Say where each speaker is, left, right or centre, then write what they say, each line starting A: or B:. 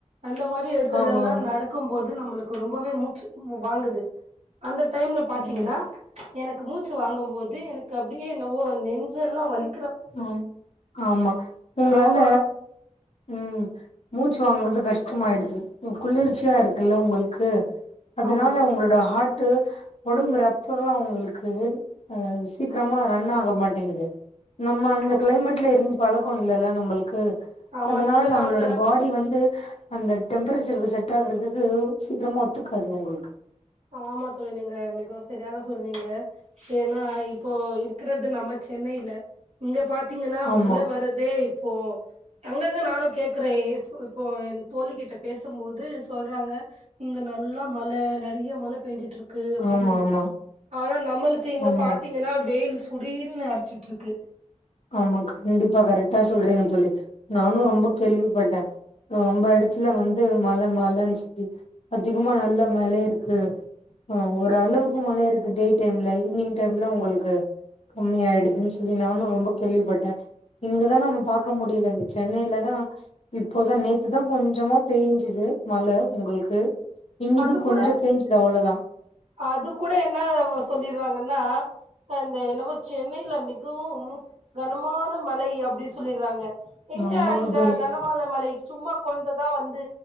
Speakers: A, on the right; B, on the left.
A: அந்த மாரி இடத்துல
B: ஆமா
A: எல்லா
B: ஆமா
A: நடக் க்கும் போது நம்மளுக்கு ரொம்பவே மூச்சு வாங்குது அந்த டைம்ல பாத்தீங்கனா
B: ம்
A: எனக்கு மூச்சு வாங்கம் போது எனக்கு அப்டியே என்னவோ நெஞ்செல்லா வலி
B: ம் ஆமா உங்களால
A: ரொம்ப
B: ம் மூச்சு வாங்கும் போது கஷ்டமாயிடுது இப்போ குளிர்ச்சியா இருக்குல்ல உங்களுக்கு அதுனால
A: ஆமா
B: உங்களோட ஹார்ட்டு உடம்பு ரத்தோல்லா உங்களுக்கு ஆ சீக்ரமா ரன் ஆக மாட்டேங்குது நம்ம அந்த
A: ஆமா
B: கிளைமேட்ல இருந்து பழக்கோ இல்லல்ல நம்மளுக்கு
A: ஆமா
B: அதுனால
A: இங்க
B: நம்மளோட
A: நாங்க
B: பாடி வந்து அந்த டெம்பரேச்சருக்கு செட் ஆகுறதுக்கு சீக்கிரமா ஒத்துக்காது உங்களுக்கு
A: ஆமா தோழி நீங்க மிகவு சரியாக சொன்னீங்க ஏன்னா இப்போ இருக்றது நம்ம சென்னையில இங்க பாத்தீங்கனா
B: ஆமா
A: மழ வரதே இப்போ அங்கங்க நானு கேக்குறே இப்போ என் தோழி கிட்ட பேசும்போது சொல்றாங்க இங்க நல்லா மழ நெறையவ் மழ பெஞ்சிட்டுருக்கு அப்டின்னு
B: ஆமா ஆமா
A: ஆனா நம்மளுக்கு இங்க
B: ஆமா
A: பாத்தீங்கன்னா வெயிலு சுலிருனு அடுச்சுக்கிட்டு இருக்கு
B: ஆமா கண்டிப்பா கரெக்டா சொல்றீங்க தொல்லி நானு ரொம்ப கேள்விப்பட்டே ரொம்ப இடத்துல வந்து மழ மழன்னு சொல்லி அதிகமா நல்லா மலே இருக்கு ஆ ஒரு அளவுக்கு மழயா இருக்கு டே டைம்லை ஈவினிங் டைம்ல உங்களுக்கு கம்மி ஆயிடுதுன்னு சொல்லி நானு ரொம்ப கேள்விப்பட்டே இங்கதா நம்ம பாக்க முடில இந்த சென்னையிலதா இப்போதா நேத்துதா கொஞ்சமா பெய்ஞ்சுது மழ உங்களுக்கு இன்னைக்கு
A: அது கூட
B: கொஞ்சோ பேஞ்சுது அவ்ளோதா
A: அது கூட என்ன சொல்லிட்றாங்கன்னா அந்த என்னமே சென்னையில மிகவும் கனமான மழை அப்டி சொல்லிட்றாங்க எங்க
B: ஆமாங்க
A: அங்க
B: தோழி
A: கனமான மழை சும்மா கொஞ்சதா வந்து